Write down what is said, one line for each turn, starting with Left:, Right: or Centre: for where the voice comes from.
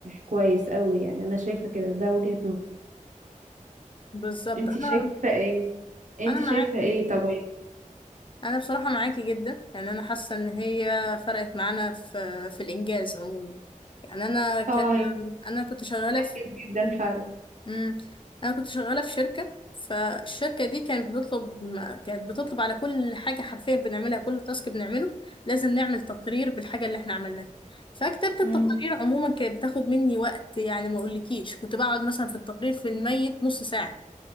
Right: كويس قوي يعني انا شايفة كده ده وجهة نظري
Left: بالظبط
Right: انتي
Left: انا
Right: شايفة ايه انتي
Left: انا معاكي
Right: شايفة ايه
Left: جدا
Right: طيب
Left: انا بصراحة معاكي جدا يعني انا حاسة ان هي فرقت معانا في في الانجاز عموما يعني انا ك...
Right: اه هي <laughs>
Left: انا كنت شغالة
Right: بتنجز جدا فعلا
Left: امم انا كنت شغاله في شركه فالشركه دي كانت بتطلب ما- كانت بتطلب على كل حاجه حرفيا بنعملها كل تاسك بنعمله لازم نعمل تقرير بالحاجه اللي احنا عملناها فكتابه
Right: امم
Left: التقارير عموما كانت بتاخد مني وقت يعني ما اقولكيش كنت بقعد مثلا في التقرير في الميت نص ساعه